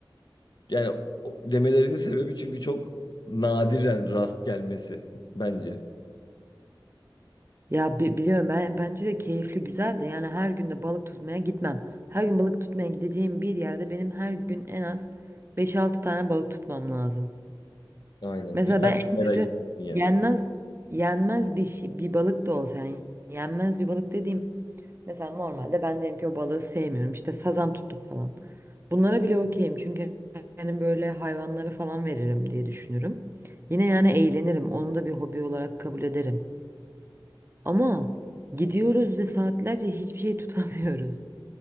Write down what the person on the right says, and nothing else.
Ya bi- biliyorum ben bence de keyifli güzel de yani her gün de balık tutmaya gitmem. Her gün balık tutmaya gideceğim bir yerde benim her gün en az beş altı tane balık tutmam lazım.
Mesela
ben
en kötü
yenmez yenmez bir şey, bir balık da olsa yani yenmez bir balık dediğim Mesela normalde ben diyelim ki o balığı sevmiyorum. İşte sazan tuttuk falan. Bunlara bile okeyim. Çünkü yani böyle hayvanlara falan veririm diye düşünürüm. Yine yani eğlenirim. Onu da bir hobi olarak kabul ederim. Ama gidiyoruz ve saatlerce hiçbir şey <laughs> tutamıyoruz.